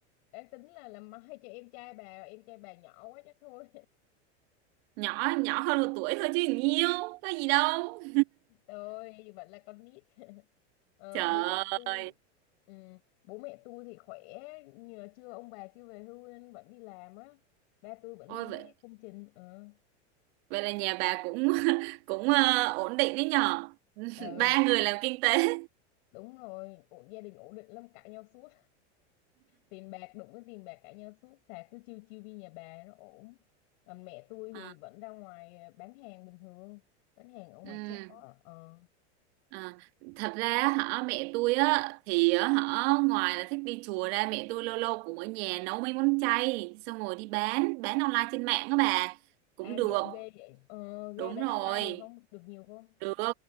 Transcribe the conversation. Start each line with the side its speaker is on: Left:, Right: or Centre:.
Left: đang tính là làm mai cho em trai bà, em trai bà nhỏ quá chắc thôi.
Right: Nhỏ nhỏ hơn một tuổi thôi chứ nhiều, có gì đâu.
Left: <laughs> Tôi vẫn là con nít. Ờ,
Right: Trời
Left: bố mẹ tôi
Right: ơi.
Left: ừm, bố mẹ tôi thì khỏe nhưng mà chưa ông bà chưa về hưu nên vẫn đi làm á. Ba tôi vẫn
Right: Ôi
Left: đi mấy công trình ờ.
Right: Vậy là nhà bà cũng <laughs> cũng ờ, ổn định đấy nhở. <laughs>
Left: Ừ,
Right: Ba người làm kinh tế.
Left: đúng rồi, ổn gia đình ổn định lắm cãi nhau suốt. tiền bạc đụng cái tiền bạc cãi nhau suốt thà cứ chiêu chiêu đi nhà bà nó ổn còn mẹ tôi thì
Right: Ờ,
Left: vẫn ra ngoài à, bán hàng bình thường bán hàng ở ngoài
Right: ừ,
Left: chợ ờ
Right: ờ. Thật ra hả mẹ tôi á thì á, hả ngoài là thích đi chùa ra mẹ tôi lâu lâu cũng ở nhà nấu mấy món chay xong rồi đi bán bán online trên mạng á bà cũng
Left: à dở
Right: được
Left: ghê vậy ờ, ghê
Right: đúng
Left: bán
Right: rồi
Left: online được không được nhiều không
Right: Được.